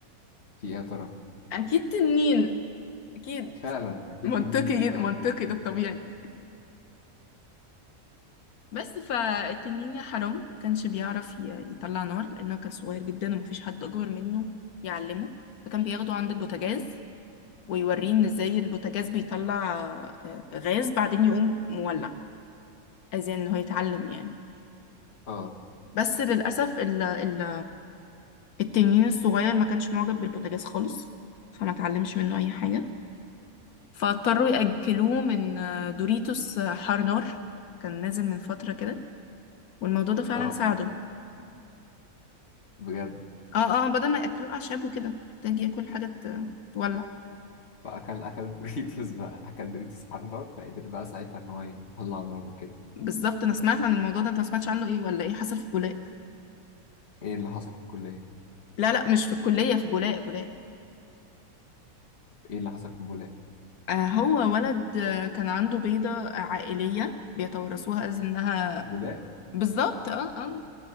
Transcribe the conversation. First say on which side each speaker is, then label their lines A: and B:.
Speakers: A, on the left; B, on the left.
A: في ايه يا ترى
B: أكيد تنين أكيد
A: فعلا اكيد
B: منطقي
A: تنين احنا
B: جدا منطقي
A: عايزين
B: ده الطبيعي بس فالتنين يا حرام ما كانش بيعرف ي- يطلع نار لأنه كان صغير جدا ومفيش حد أكبر منه يعلمه فكان بياخده عند البوتاجاز ويوريه إن إزاي البوتاجاز بيطلع آه، غاز بعدين يقوم مولع عايزين إن هو يتعلم يعني
A: اه
B: بس للأسف ال ال التنين الصغير ما كانش معجب بالبوتاجاز خالص فما اتعلمش منه أي حاجة فاضطروا يأكلوه من آه، دوريتوس آه، حار نار كان نازل من فترة كده والموضوع ده فعلا
A: اه
B: ساعده
A: بجد
B: اه اه بدل ما ياكلوه اعشاب وكده محتاج ياكل حاجه ت- تولع
A: فاكل اكل دوريتوس بقى اكل دوريتوس على النار فقدر بقى ساعتها ان هو يطلع نار وكده
B: بالظبط انا سمعت عن الموضوع ده انت ما سمعتش عنه ايه ولا ايه حصل في بولاق
A: ايه اللي حصل في الكليه
B: لا لا مش في الكليه في بولاق بولاق
A: ايه اللي حصل في بولاق
B: آه هو ولد آه كان عنده بيضه عائليه بيتورثوها از انها
A: في بولاق
B: بالظبط اه اه